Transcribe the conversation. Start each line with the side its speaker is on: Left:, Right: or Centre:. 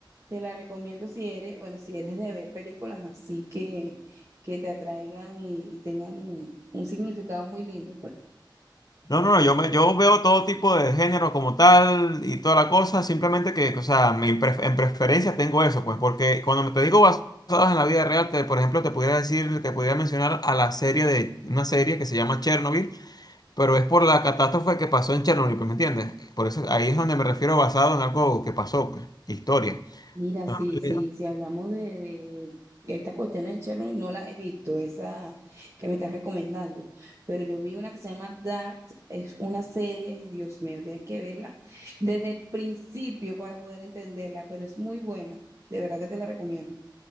Right: Te la recomiendo si eres, bueno, si eres de ver películas así que, que te atraigan y, y tengan un un significado muy lindo, pues.
Left: No, no, no, yo, me, yo veo todo tipo de género como tal y toda la cosa, simplemente que, o sea, me pref- en preferencia tengo eso, pues, porque cuando te digo basados en la vida real, te, por ejemplo, te pudiera decir, te pudiera mencionar a la serie de, una serie que se llama Chernobyl, pero es por la catástrofe que pasó en Chernobyl, pues, ¿me entiendes? Por eso ahí es donde me refiero basado en algo que pasó, pues, historia.
Right: Mira,
Left: Entonces,
Right: sí, sí, si hablamos de, de esta cuestión de Chernobyl, no la he visto, esa que me estás recomendando, pero yo vi una que se llama Dark, es una serie, Dios mío, tienes que verla desde el principio para poder entenderla, pero es muy buena, de verdad que te la recomiendo.